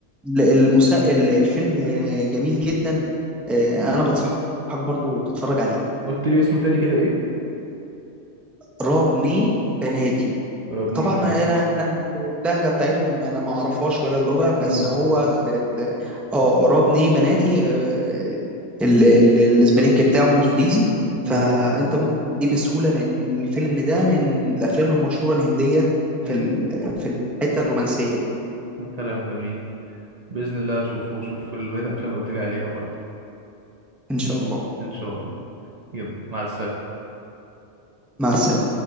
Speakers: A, in the centre; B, on the right.
A: ال- المسا... ال- الفيلم آه، جميل جدا آه، أنا بنصحك برضو تتفرج عليه
B: قلت لي اسمه تاني كده ايه
A: رابني بناتي
B: ربني
A: طبعا
B: بناتي
A: انا أنا اللهجه بتاعتهم انا ما اعرفهاش ولا اللغه بس
B: امم
A: هو بال... اه رابني بناتي آه، ال- ال- السبيلنج بتاعه انجليزي فانت
B: امم
A: ممكن تجيب بسهوله لان الفيلم ده من الافلام المشهوره الهنديه في
B: امم
A: ال- في الحته الرومانسيه دي
B: كلام جميل باذن الله اشوفه واشوف البيت الافلام اللي قلت لي عليها برضه
A: ان شاء الله
B: ان شاء الله يلا مع السلامه
A: مع السلامه